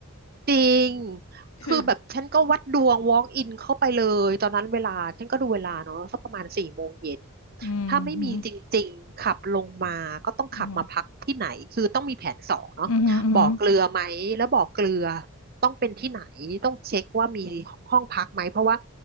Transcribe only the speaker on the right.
จริง
คือแบบฉันก็วัดดวง walk in เข้าไปเลยตอนนั้นเวลาฉันก็ดูเวลาเนาะสักประมาณสี่โมงเย็น
ถ้าไม่มีจริงๆขับลงมาก็ต้องขับมาพักที่ไหนคือต้องมีแผนสองเนาะบ่อเกลือไหมแล้วบ่อเกลือ
ต้องเป็นที่ไหนต้องเช็คว่ามีห้องพักไหมเพราะว่า